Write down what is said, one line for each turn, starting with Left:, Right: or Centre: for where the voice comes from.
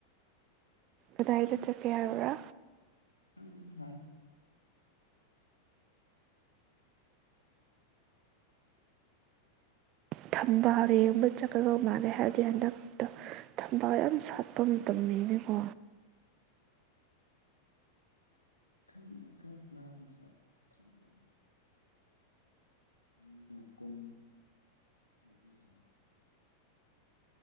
Right: ꯑꯗꯨꯗꯥꯥꯏ ꯇ ꯆ ꯀꯦꯌꯥꯔꯨꯔ
Left: ꯂ
Right: ꯊꯝꯕꯥꯜ ꯌꯦꯡꯕ ꯆꯠꯀꯗꯧ ꯃꯥꯜꯂꯦ ꯍꯥꯏꯔꯗꯤ ꯍꯟꯗꯛꯇ ꯊꯝꯕꯥꯜ ꯌꯥꯝ ꯁꯥꯠꯄ ꯃꯇꯝꯅꯤꯅꯤꯀꯣ
Left: ꯈꯪꯗꯦ ꯈꯂ ꯁꯥ ꯈꯪꯗꯦ ꯃꯤ ꯅ ꯀꯨꯝ ꯃꯅꯦ ꯍꯥꯏ